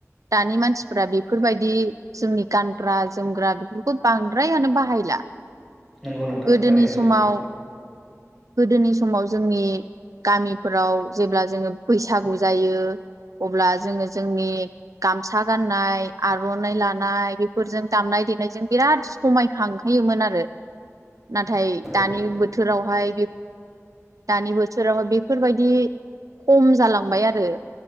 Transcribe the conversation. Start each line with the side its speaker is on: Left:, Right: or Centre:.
Right: दानि मानसिफोरा बेफोरबायदि जोंनि गानग्रा जोमग्रा बेफोरखौ बांद्रायानो बाहायला
Centre: नंगौ नोंथां
Right: गोदोनि
Centre: थारैनो सैथो
Right: समाव गोदोनि समाव जोंनि गामिफोराव जेब्ला जोङो बैसागु जायो अब्ला जोङो जोंनि गामसा गाननाय, आर'नाइ लानाय बेफोरजों दामनाय -देनायजों बिराद समायखांहोयोमोन आरो नाथाय
Centre: औ
Right: दानि बोथोरावहाय बे दानि बोसोरावहाय बेफोरबायदि खम जालांबाय आरो